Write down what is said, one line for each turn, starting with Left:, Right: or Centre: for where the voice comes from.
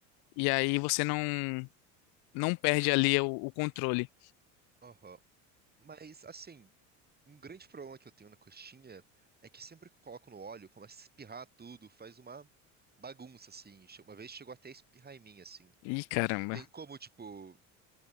Left: e aí você não não perde ali o, o controle.
Right: Aham. Mas, assim, um grande problema que eu tenho na coxinha é que sempre que eu coloco no óleo, começa a espirrar tudo, faz uma bagunça, assim. Che- Uma vez chegou até a espirrar em mim, assim.
Left: Ih, caramba.
Right: Tem como, tipo,